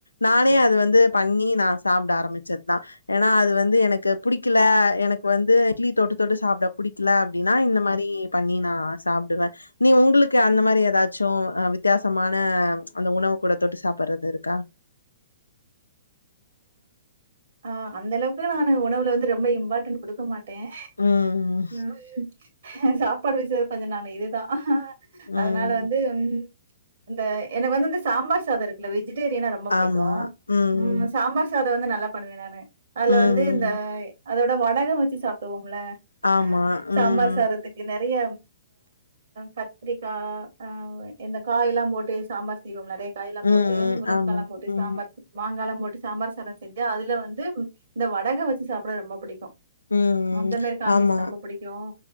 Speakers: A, on the left; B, on the right.
A: நானே அது வந்து பண்ணி நான் சாப்பிட ஆரம்பிச்சதுதான் ஏன்னா அது வந்து எனக்கு பிடிக்கல எனக்கு வந்து இட்லி தொட்டு தொட்டு சாப்பிட புடிக்கல அப்படின்னா இந்த மாதிரி பண்ணி நான் சாப்பிடுவேன் நீ உங்களுக்கு அந்த மாதிரி ஏதாச்சும் வித்தியாசமான அந்த உணவு கூட தொட்டு சாப்பிடுறது இருக்கா
B: ஆஹ அந்த அளவுக்கு நானு உணவுல வந்து ரொம்ப இம்பார்ட்டன்ட் கொடுக்க மாட்டே டேன்
A: ம்.
B: ஆஹ ஆஹ உம் சாப்பாடு வச்சது கொஞ்சம் நானு இதேதான் அதனால
A: ம்.
B: வந்து உம் அந்த எனக்கு வந்து இந்த சாம்பார் சாதம் இருக்குல்ல வெஜி டெரியனா ரொம்ப பிடிக்கும்
A: ஆமா. ம்.
B: உம் சாம்பார் சா வந்து நல்லா பண்ணுவேன் நானு அதுல
A: ம்.
B: வந்து இந்த அதோட வடகம் வச்சு சாப்பிடுவோம் ல
A: ஆமா.
B: ம்கும் சாம்பார்
A: ம்.
B: சாதத்துக்கு நிறைய கத்திரிக்காய் இந்த காய் எல்லாம் போட்டு சாம்பார் செய்வோம் நிறைய காய்லாம்
A: ம்.
B: போட்டு முருக்கலாம்
A: ஆமா.
B: போட்டு
A: ம்.
B: சாம்பார் மாங்காலம் போட்டு சாம்பார் சாதம் செஞ்சு அதுல வந்து இந்த வடகம் வச்சு சாப்பிட ரொம்ப பிடிக்கும்
A: ம்.
B: அந்த மாரி காம்மினேஸ்
A: ஆமா.
B: ரொம்ப பிடிக்கும்